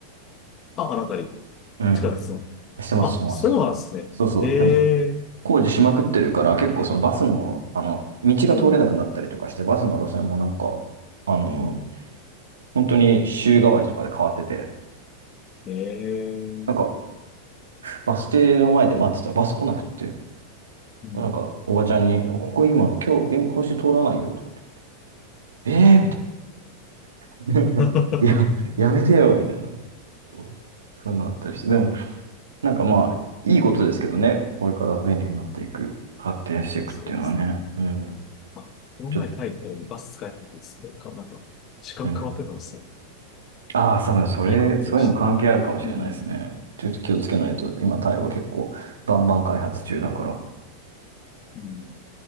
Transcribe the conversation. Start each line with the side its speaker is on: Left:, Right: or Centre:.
Left: あ、あの辺り、
Right: うん。
Left: 地下鉄の。
Right: してます、
Left: あ、
Right: してます。
Left: そうなんですね。
Right: そうそう。
Left: ええ
Right: でも、工事しまくってるから、結構そのバスの、あの、道が通れなくなったりとかして、
Left: うん。
Right: バスの路線もなんか、あのー本当に週替わりとかで変わってて、
Left: ええ
Right: なんか、バス停の前で待ってたらバス来なくって、
Left: うん。
Right: なんか、おばちゃんに、ここ今、今日、今今週通らないよとかって、えーみたいな。<laughs>
Left: <laughs>
Right: いや、やめてよ、みたいな。そう、そういうのあったりして。でも、なんかまあ、いいことですけどね。これから便利になっていく、発展していくっていうのはね。
Left: まあそうです。
Right: うん。
Left: あ、この前タイでバス使えなかったんですね。
Right: ちょっと、
Left: か、なんか、時間変わってたんですよ。
Right: うん。ああ、多分それ、
Left: いいこと聞きました。
Right: そういうの関係あるかもしれないですね。
Left: うん。
Right: ちょっと気をつけないと、今、タイは結構、バンバン開発中だから。
Left: うん